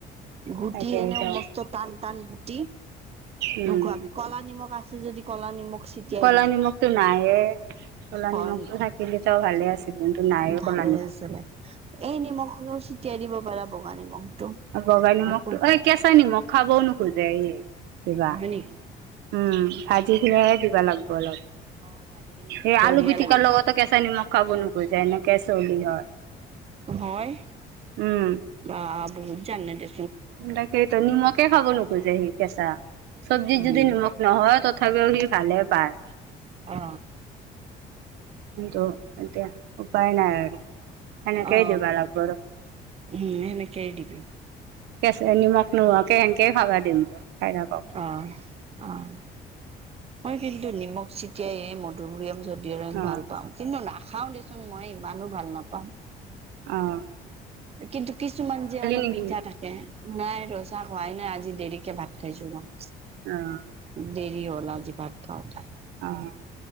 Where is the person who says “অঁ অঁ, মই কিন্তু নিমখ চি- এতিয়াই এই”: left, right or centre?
Right